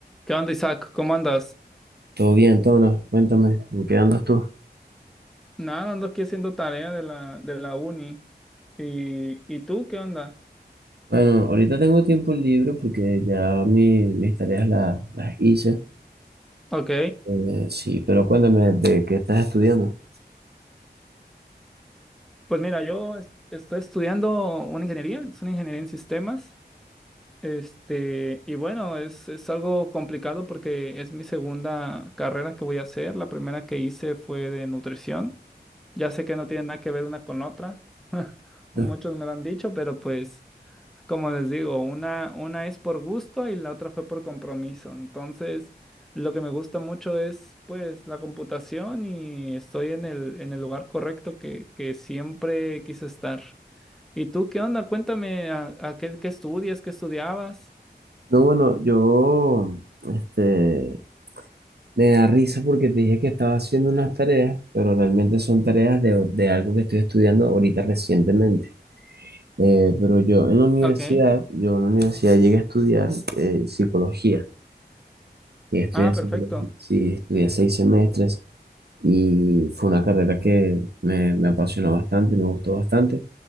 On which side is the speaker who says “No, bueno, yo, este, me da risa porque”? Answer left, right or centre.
Right